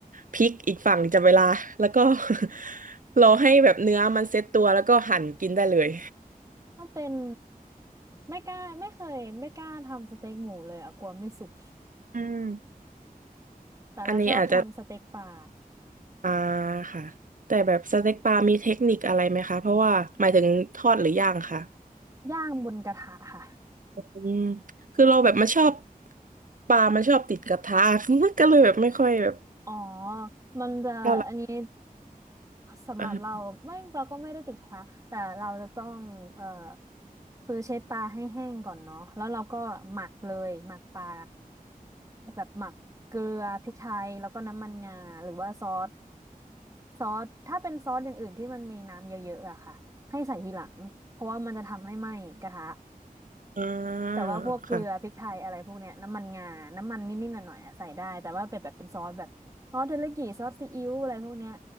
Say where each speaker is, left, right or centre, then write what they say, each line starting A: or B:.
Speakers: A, on the right; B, on the right.
A: พริกอีกฝั่งจับเวลาแล้วก็ <laughs> รอให้แบบเนื้อมันเซ็ตตัวแล้วก็หั่นกินได้เลย
B: ถ้าเป็นไม่กล้าไม่เคยไม่กล้าทำสเต็กหมูเลยอะกลัวไม่สุก
A: อืม
B: แต่เราชอบทำสเต็กปลา
A: อันนี้อาจจะ ปลาค่ะแต่แบบสเต็กปลามีเทคนิคอะไรไหมคะเพราะว่าหมายถึงทอดหรือย่างค่ะ
B: ย่างบนกระทะค่ะ
A: อืมคือเราแบบมันชอบปลามันชอบติดกระทะ <laughs> ก็เลยแบบไม่ค่อยแบบ
B: อ๋อมันจะอันนี้
A: เท่าไหร่
B: สำหรับเราไม่เราก็ไม่ได้ติดกระทะแต่เราจะต้องเอ่อ
A: เออ
B: คือเช็ดปลาให้แห้งก่อนเนาะแล้วเราก็หมักเลยหมักปลาแบบหมักเกลือพริกไทยแล้วก็น้ำมันงาหรือว่าซอสซอสถ้าเป็นซอสอย่างอื่นที่มันมีน้ำเยอะๆอะค่ะให้ใส่ทีหลังเพราะว่ามันจะทำให้ไหม้กระทะ
A: อ่า
B: แต่ว่าพวกเกลือพริกไทยอะไรพวกเนี้ยน้ำมันงาน้ำมันนิดๆหน่อยๆอะใส่ได้แต่ว่าเป็นแบบเป็นซอสแบบซอสเทริยากิซอสซีอิ๊วอะไรพวกเนี้ย
A: ค่ะ